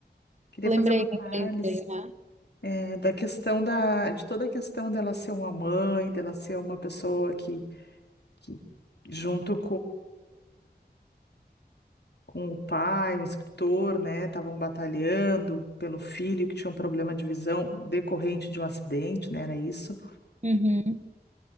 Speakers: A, on the left; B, on the right.
A: queria
B: Lembrei,
A: fazer uma
B: lembrei,
A: análise
B: lembrei, né?
A: eh, da questão da, de toda a questão dela ser uma mãe, dela ser uma pessoa que, que junto com o pai, um escritor, né? Estavam batalhando pelo filho que tinha um problema de visão decorrente de um acidente, né? Era isso.
B: Uhum.